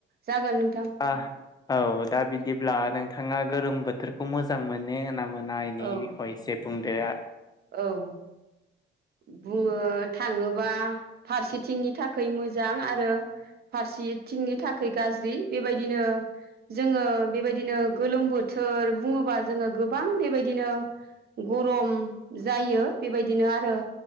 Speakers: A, on the right (about 50°); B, on the left (about 20°).
A: जागोन नोंथां
B: आह औ दा बिदिब्ला नों थाङा गोरोम बोथोरखौ मोजां मोनो ना मोना इनि
A: औ
B: बिखय इसे बुंदो आ
A: औ। बुङो थाङोबा फारसेथिंनि थाखै मोजां आरो फारसेथिंनि थाखै गाज्रि। बेबायदिनो जोङो बेबायदिनो गोलोम बोथोर बुङोबा जोङो गोबां बेबायदिनो गरम जायो बेबायदिनो आरो